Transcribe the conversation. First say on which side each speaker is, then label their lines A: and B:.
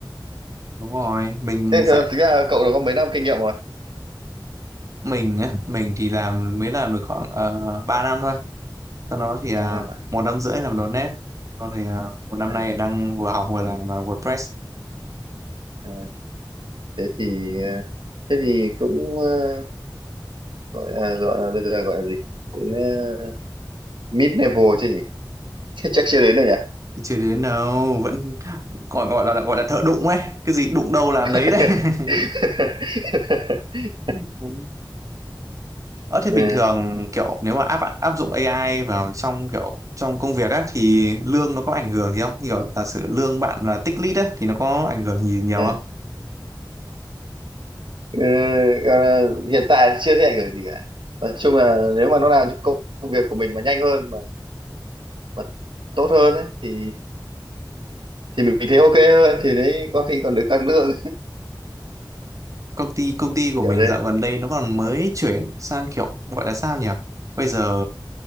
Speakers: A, on the right; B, on the right.
A: Đúng rồi, mình
B: thế
A: phải
B: thì thực ra cậu đã có mấy năm kinh nghiệm rồi
A: mình á, mình thì làm mới làm được khoảng uh, 3 năm thôi. Sau đó thì à,
B: ba năm à,
A: một năm rưỡi làm .NET. Còn thì à, một năm
B: à,
A: nay đang vừa học vừa làm à, WordPress.
B: à thế thì ờ, thế thì cũng ờ, gọi là gọi là bây giờ gọi là gì đến ờ, mid level chứ nhỉ <laughs> chắc chưa đến đâu nhỉ
A: chưa đến đâu vẫn gọi gọi là gọi là thợ đụng ấy cái gì đụng đâu làm
B: <laughs>
A: đấy đấy <laughs> Đúng. Ờ thế bình
B: ừ,
A: thường kiểu nếu mà áp áp dụng AI vào trong kiểu trong công việc á thì lương nó có ảnh hưởng gì không? Như Kiểu giả sử lương bạn là tích lũy á thì nó có ảnh hưởng gì nhiều
B: ừ.
A: không?
B: Ừ, gọi là hiện tại chưa thấy ảnh hưởng gì cả nói chung là nếu mà nó làm cho công việc của mình mà nhanh hơn mà, mà tốt hơn ấy, thì thì mình thấy ok hơn thì đấy có khi còn được tăng lương
A: Công ty công ty của
B: <laughs> kiểu
A: mình
B: thế
A: dạo gần đây nó còn mới chuyển sang kiểu gọi là sao nhỉ? Bây giờ